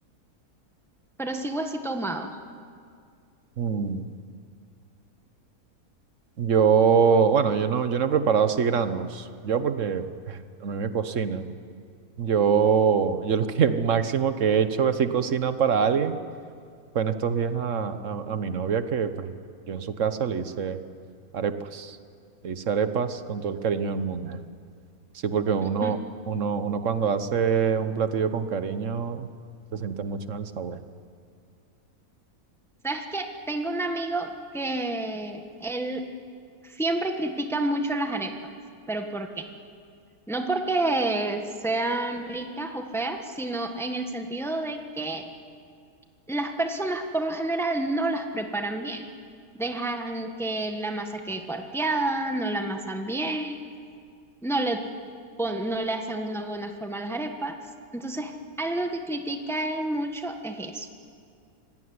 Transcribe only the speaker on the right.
Mm, Yo, bueno, yo no, yo no he preparado así granos. Yo porque eh, a mí me cocinan. Yo, yo lo que <laughs> máximo que he hecho así cocina para alguien fue en estos días a, a- a mi novia que pues yo en su casa le hice arepas. Le hice arepas con todo el cariño del mundo. Sí, porque uno,
uno, uno cuando hace un platillo con cariño se siente mucho en el sabor.